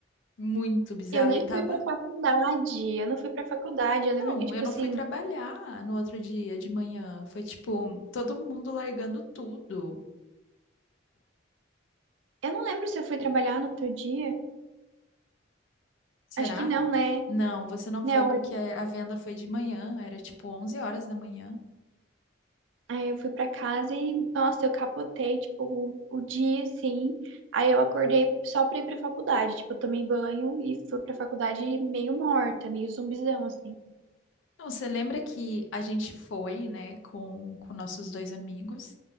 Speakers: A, on the left; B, on the right.
A: Muito bizarro.
B: Eu nem
A: E tava.
B: fui pra faculdade, eu não fui pra faculdade. Eu lembro
A: Não,
B: que, tipo
A: eu não
B: assim,
A: fui trabalhar no outro dia de manhã. Foi, tipo, todo mundo largando tudo.
B: eu não lembro se eu fui trabalhar no outro dia.
A: Será?
B: Acho que não, né?
A: Não, você não
B: Não,
A: foi porque a venda foi de manhã, era tipo 11 horas da manhã.
B: aí eu fui pra casa e, nossa, eu capotei, tipo, o, o dia, assim. Aí eu acordei só pra ir pra faculdade. Tipo, eu tomei banho e fui pra faculdade meio morta, meio zumbizão, assim.
A: Não, você lembra que a gente foi, né, com, com nossos dois amigos,